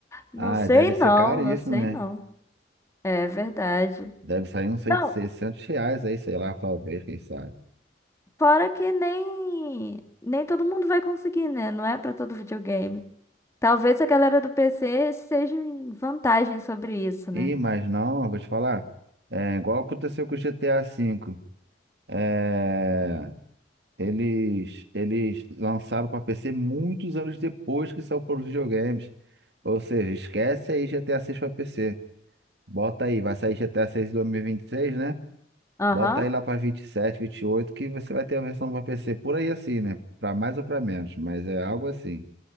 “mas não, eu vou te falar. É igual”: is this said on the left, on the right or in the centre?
Right